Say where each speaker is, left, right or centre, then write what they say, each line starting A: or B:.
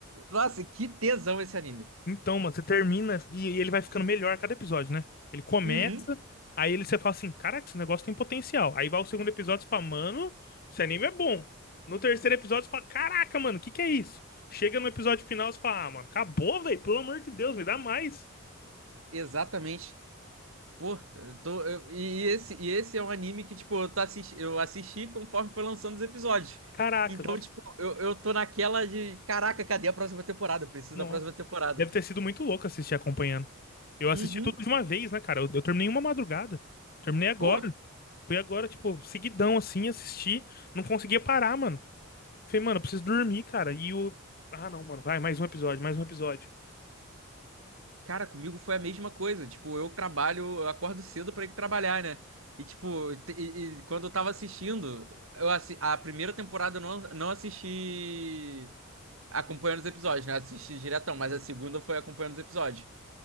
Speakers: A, on the right; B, on the left.
A: Nossa, que tesão esse anime.
B: Então, mano, você termina e e ele vai ficando melhor a cada episódio, né? Ele começa,
A: Uhum,
B: aí ele, você fala assim, caraca, esse negócio tem potencial. Aí vai o segundo episódio, você fala, mano, esse anime é bom. No terceiro episódio, você fala, caraca, mano, o que que é isso? Chega no episódio final, você fala, ah, mano, acabou, velho, pelo amor de Deus, me dá mais.
A: exatamente. Pô, eu tô, eu- e esse, e esse é um anime que, tipo, eu, tô assisti, eu assisti conforme foi lançando os episódios.
B: Caraca,
A: Então,
B: nossa,
A: tipo, eu, eu tô naquela de, caraca, cadê a próxima temporada? Eu preciso
B: nossa.
A: da próxima temporada.
B: Deve ter sido muito louco assistir acompanhando. Eu assisti
A: Uhum.
B: tudo de uma vez, né, cara? Eu, eu terminei uma madrugada. Terminei agora.
A: Pô,
B: Fui agora, tipo, seguidão, assim, assisti. Não conseguia parar, mano. Falei, mano, eu preciso dormir, cara. E o. Ah, não, mano, vai, mais um episódio, mais um episódio.
A: cara, comigo foi a mesma coisa. Tipo, eu trabalho, eu acordo cedo pra ir trabalhar, né? E, tipo, te- e, e quando eu tava assistindo, eu assi a primeira temporada eu não, não assisti acompanhando os episódios, né? Assisti diretão, mas a segunda foi acompanhando os episódios.